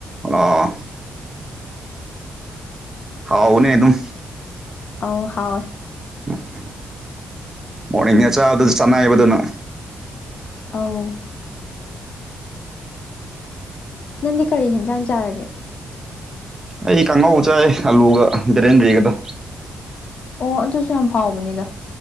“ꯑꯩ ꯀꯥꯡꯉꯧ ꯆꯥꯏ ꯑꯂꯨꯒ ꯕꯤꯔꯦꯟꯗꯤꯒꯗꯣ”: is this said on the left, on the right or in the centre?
Right